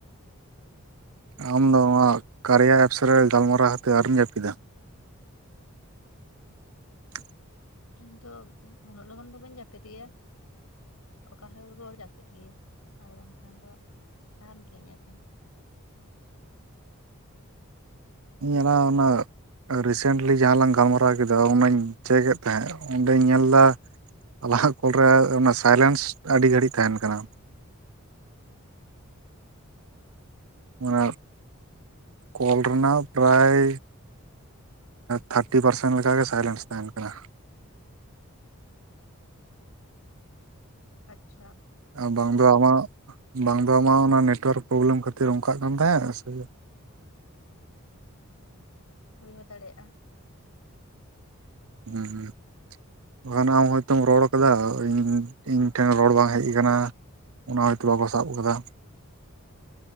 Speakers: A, on the right; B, on the left.
A: ᱟᱢᱫᱚ ᱱᱚᱣᱟ ᱠᱟᱨᱭᱟ ᱮᱯᱥ ᱨᱮ ᱜᱟᱞᱢᱟᱨᱟᱣ ᱠᱟᱛᱮᱫ ᱟᱹᱨᱤᱢ ᱡᱟᱹᱯᱤᱫᱟ ᱻ
B: ᱤᱧ ᱫᱚ ᱩᱱᱟᱹᱜ ᱞᱚᱜᱚᱱ ᱫᱚ ᱵᱟᱹᱧ ᱡᱟᱹᱯᱤᱫ ᱜᱮᱭᱟ ᱚᱠᱟ ᱦᱩᱞᱚᱜ ᱫᱚᱧ ᱡᱟᱹᱯᱤᱫ ᱜᱮ ᱟᱨ ᱵᱟᱝᱠᱷᱟᱱ ᱫᱚ ᱛᱟᱦᱮᱱ ᱜᱤᱭᱟᱹᱧ ᱮᱵᱷᱮᱱ
A: ᱤᱧᱞ ᱚᱱᱟ ᱨᱤᱥᱮᱱᱴᱞᱤ ᱡᱟᱦᱟᱸ ᱞᱟᱝ ᱜᱟᱞᱢᱟᱨᱟᱣ ᱠᱮᱫᱟ ᱚᱱᱟᱧ ᱪᱮᱠᱮᱫ ᱛᱟᱦᱮᱸᱜ ᱚᱸᱰᱮᱧ ᱧᱮᱞᱫᱟ ᱞᱟᱦᱟᱜ ᱠᱚᱞᱨᱮ ᱚᱱᱟ ᱥᱟᱭᱞᱮᱱᱥ ᱟᱹᱰᱤ ᱜᱷᱟᱹᱲᱤᱡ ᱛᱟᱦᱮᱱ ᱠᱟᱱᱟ ᱻ ᱚᱱᱟ ᱠᱚᱞ ᱨᱮᱱᱟᱜ ᱯᱨᱟᱭ ᱛᱷᱟᱨᱴᱤ ᱯᱟᱨᱥᱮᱱᱴ ᱞᱮᱠᱟᱜᱮ ᱥᱟᱭᱞᱮᱱᱥ ᱛᱟᱦᱮᱱ ᱠᱟᱱᱟ
B: ᱟᱪᱪᱷᱟ
A: ᱵᱟᱝ ᱫᱚ ᱟᱢᱟᱜ ᱵᱟᱝ ᱫᱚ ᱟᱢᱟᱜ ᱚᱱᱟ ᱱᱮᱴᱳᱣᱟᱨᱠ ᱯᱨᱚᱵᱞᱮᱢ ᱠᱷᱟᱹᱛᱤᱨ ᱚᱱᱠᱟᱜ ᱠᱟᱱ ᱛᱟᱦᱮᱫ ᱥᱮ ᱻ
B: ᱦᱩᱭ ᱦᱚᱸ ᱫᱟᱲᱮᱭᱟᱜᱼᱟ
A: ᱦᱮᱸ ᱦᱩᱸ ᱵᱟᱠᱷᱟᱱ ᱟᱢ ᱦᱚᱭᱛᱚᱢ ᱨᱚᱲ ᱠᱟᱫᱟ ᱤᱧ ᱤᱧ ᱴᱷᱮᱱ ᱨᱚᱲ ᱵᱟᱝ ᱦᱮᱡ ᱟᱠᱟᱱᱟ ᱚᱱᱟ ᱦᱚᱭᱛᱳ ᱵᱟᱠᱚ ᱥᱟᱵ ᱠᱟᱫᱟ